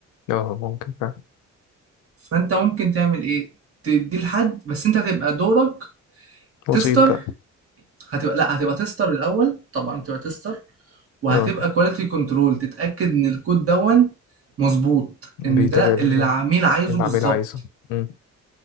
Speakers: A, on the left; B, on the right.
A: اه ممكن فعلا
B: فانت ممكن تعمل ايه تدي لحد بس انت هتبقى دورك
A: وسيط
B: تستر
A: بقى
B: هتبقى لا هتبقى تستر الاول طبعا تبقى تستر وهتبقى
A: اه
B: كواليتي كنترول تتاكد ان الكود دون مظبوط
A: بيتابع
B: ان ده
A: ال-
B: اللي
A: اللي
B: العميل عايزه
A: العميل
B: بالظبط
A: عايزه مم.